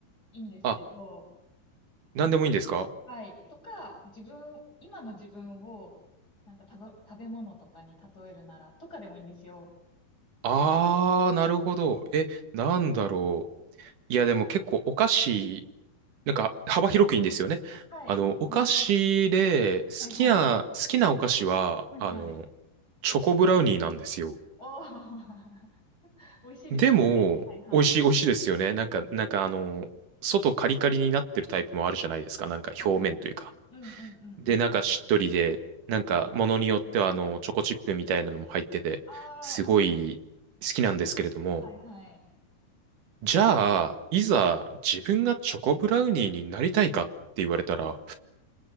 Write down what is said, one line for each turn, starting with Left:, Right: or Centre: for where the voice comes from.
Left: いいんですけど、
Right: あ、なんでもいいんですか
Left: はい。とか、自分、今の自分を、なんか食べ、食べ物とかに例えるなら、とかでもいいんですよ。
Right: あー、なるほど。え、なんだろう。いや、でも結構お菓子、なんか幅広くいいんですよね。
Left: はい。
Right: あの、お菓子で、
Left: 全然。
Right: 好きな、
Left: はいはい。
Right: 好きなお菓子は、
Left: はいはい。
Right: あの、チョコブラウニーなんですよ。
Left: おー、<laughs> 美味しいですよね。
Right: でも、
Left: はいはい。
Right: 美味しい、美味しいですよね。なんか、なんかあの、外カリカリになってるタイプもあるじゃないですか。なんか表面というか。
Left: はい。うんうんうんうん。
Right: で、なんかしっとりで、なんかものによってはあの、チョコチップみたいなのも入ってて、
Left: ああ、
Right: すごい好きなんですけれども、
Left: いい。はいはい。
Right: じゃあ、いざ自分がチョコブラウニーになりたいかって言われたら、